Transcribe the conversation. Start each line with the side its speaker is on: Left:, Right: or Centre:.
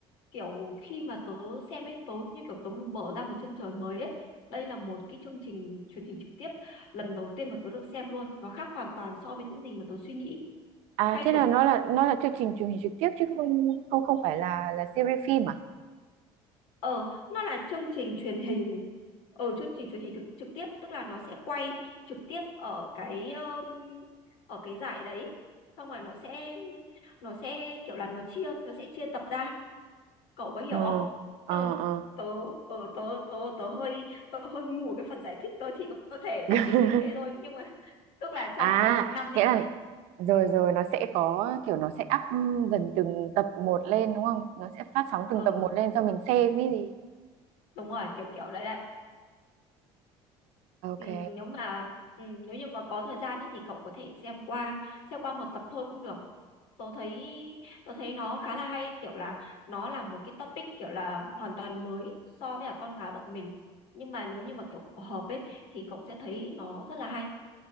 Left: kiểu khi mà tớ xem ấy tớ như kiểu tớ mở ra một chân trời mới ấy đây là một cái chương trình truyền hình trực tiếp lần đầu tiên mà tớ được xem luôn nó khác hoàn toàn so với những gì mà tớ suy nghĩ
Right: À
Left: hay
Right: thế
Left: cực
Right: là nó là nó là chương trình truyền hình trực tiếp chứ không không không phải là là series phim à?
Left: ờ nó là chương trình truyền hình ở chương trình truyền hình thực trực tiếp tức là nó sẽ quay trực tiếp ở cái um, ở cái giải đấy xong rồi nó sẽ nó sẽ kiểu là nó chia nó sẽ chia tập ra cậu có hiểu
Right: Ừ.
Left: không
Right: Ờ
Left: tức là
Right: ờ.
Left: tớ ờ, tớ tớ tớ hơi tớ hơi ngu ở cái phần giải thích tớ chỉ có thể giải
Right: <laughs>
Left: thích đến thế thôi nhưng mà <laughs> tức là trong
Right: À,
Left: một năm này
Right: nghĩa
Left: nhá
Right: là rồi rồi nó sẽ có kiểu nó sẽ up dần từng tập một lên đúng không? Nó sẽ phát sóng từng
Left: ờ
Right: tập một lên cho mình xem ấy gì.
Left: đúng rồi kiểu kiểu đấy đấy
Right: Ok.
Left: ừ, nếu mà ừ, nếu như mà có thời gian ấy thì cậu có thể xem qua xem qua một tập thôi cũng được tớ thấy tớ thấy nó khá là hay ấy, kiểu là nó là một cái topic kiểu là hoàn toàn mới so với cả con gái bọn mình nhưng mà nếu như mà kiểu cậu hợp ấy thì cậu sẽ thấy nó rất là hay